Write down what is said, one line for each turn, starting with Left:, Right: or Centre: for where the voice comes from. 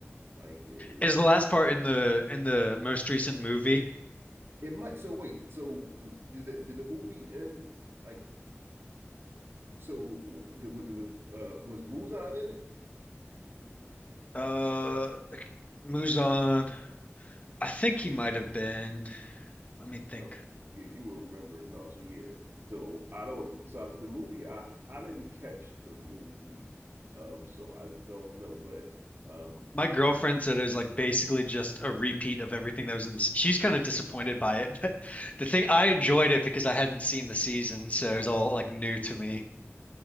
Right: Like it,
Left: Is the last part in the in the most recent movie?
Right: it might. So wait. So did the did the movie end? Like so, did, was, uh, was Muzan in it?
Left: Uh, Muzan. I think he might have been. Let me think.
Right: No. Yeah, you will remember. No. So yeah. So I don't. So the movie, I I didn't catch the movie. Um. So I don't know, but um.
Left: My girlfriend said it was like basically just a repeat of everything that was in this. She's kind of disappointed by it, <laughs> but the thing I enjoyed it because I hadn't seen the season, so it was all like new to me.